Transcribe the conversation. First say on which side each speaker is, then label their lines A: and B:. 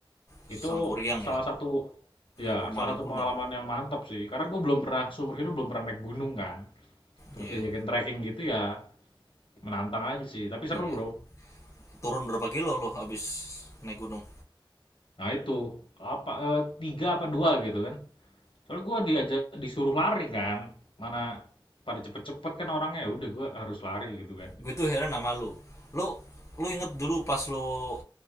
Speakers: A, on the left (about 35°); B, on the left (about 80°).
A: Sangkuriang
B: Itu salah
A: ya.
B: satu ya
A: Apa Malin
B: salah satu
A: Kundang?
B: pengalaman yang mantap sih. Karena gue belum pernah seumur hidup belum pernah naik gunung kan. Terus
A: Iya.
B: diajakin trekking gitu ya menantang aja sih. Tapi
A: Iya.
B: seru bro.
A: Turun berapa kilo lo abis naik gunung?
B: Nah itu apa eh, tiga apa dua gitu kan. Soalnya gue diajak disuruh lari kan. Mana pada cepet-cepet kan orangnya ya udah gue harus lari gitu kan
A: Gue tuh heran sama lo. Lo lo inget dulu pas lo